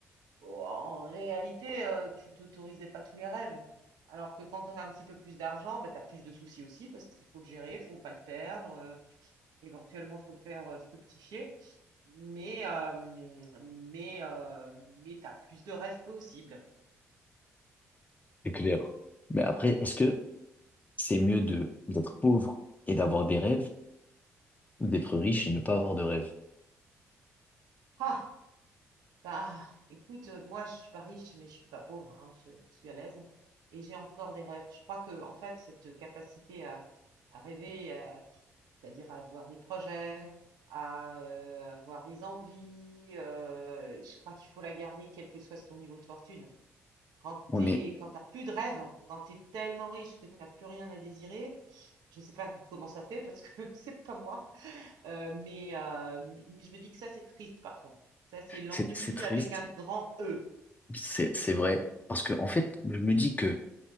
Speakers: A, on the right; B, on the left.
A: oh, En réalité, euh, tu t'autorisais pas tous les rêves. Alors que quand tu as un petit peu plus d'argent, bah, tu as plus de soucis aussi parce qu'il faut le gérer, il faut pas le perdre, euh, éventuellement, il faut le faire euh, fructifier. Mais, euh, mais, euh, mais tu as plus de rêves possibles.
B: C'est clair. Mais après, est-ce que c'est mieux de, d'être pauvre et d'avoir des rêves ou d'être riche et ne pas avoir de rêves?
A: Ah, Bah, écoute, euh, moi, je suis pas riche, mais je suis pas pauvre, hein, je, suis à l'aise et j'ai encore des rêves. Je crois que, en fait, cette capacité à, à rêver, à- c'est-à-dire à avoir des projets, à euh, avoir des envies, euh, je crois qu'il faut la garder, quel que soit son niveau de fortune. Quand
B: Oui,
A: t'es,
B: mais
A: quand t'as plus de rêves, quand tu es tellement riche que tu n'as plus rien à désirer, je sais pas comment ça fait parce que <laughs> c'est pas moi. Euh, mais, euh, mais je me dis que ça, c'est triste, par contre. Ça, c'est l'ennui
B: c'est, c'est triste.
A: avec un grand E.
B: C'est, c'est vrai. Parce que, en fait, je me dis que,